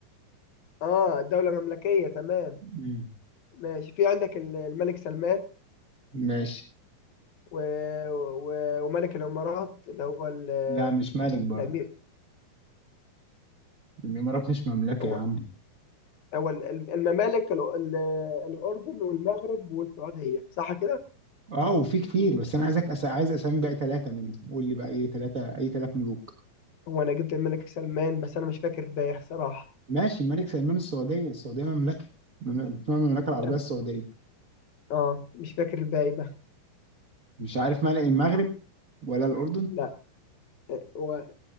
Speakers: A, on the left; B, on the right.
A: اه دولة مملكية تمام
B: مم.
A: ماشي في عندك ال- الملك سلمان
B: ماشي
A: و... و... وملك الإمارات اللي هو ال...
B: لا مش مالك برضه
A: الأمير
B: الامارات مش مملكه
A: هو
B: يا عم
A: هو ال- الممالك ال... ال... الأردن والمغرب والسعودية صح كده؟
B: اه وفي كتير بس انا عايزك أس... عايز اسامي بقى ثلاثه منهم قول لي بقى اي ثلاثه اي ثلاث ملوك
A: هو أنا جبت الملك سلمان بس أنا مش فاكر الباقي صراحة
B: ماشي الملك سلمان السعوديه السعوديه مملكه مم- اسمها المملكه العربيه
A: أم-
B: السعوديه
A: اه مش فاكر الباقي بقى
B: مش عارف ملك المغرب ولا الاردن
A: لا آه، هو